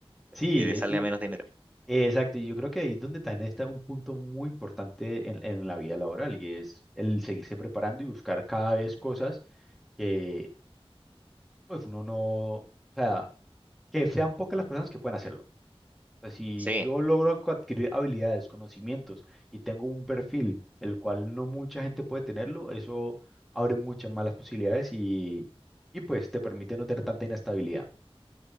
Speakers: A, in the centre; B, on the right.
A: Sí,
B: que le salga
A: y,
B: menos dinero.
A: Eh, Exacto, y yo creo que ahí es donde también está un punto muy importante en, en la vida laboral y es el seguirse preparando y buscar cada vez cosas que pues uno no, o sea, que sean pocas las personas que pueden hacerlo. O sea, si
B: Sí,
A: yo logro co- adquirir habilidades, conocimientos y tengo un perfil el cual no mucha gente puede tenerlo, eso abre muchas más las posibilidades y, y pues te permite no tener tanta inestabilidad.